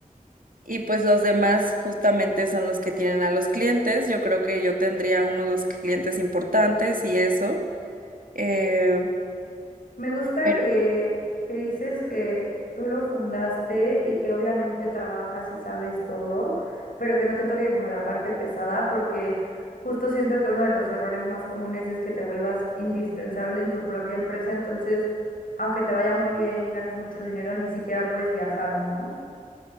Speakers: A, on the right; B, on the left.
A: y pues los demás justamente son los que tienen a los clientes. Yo creo que yo tendría uno o dos clientes importantes y eso. Eh,
B: Me gusta
A: pero
B: que, que dices que tú lo fundaste y que obviamente trabajas y sabes todo, pero que no te toque como la parte pesada, porque justo siento que uno de los errores más comunes es que te vuelvas indispensable en tu propia empresa, entonces, aunque te vaya muy bien y ganes mucho dinero, ni siquiera puedes viajar, ¿no?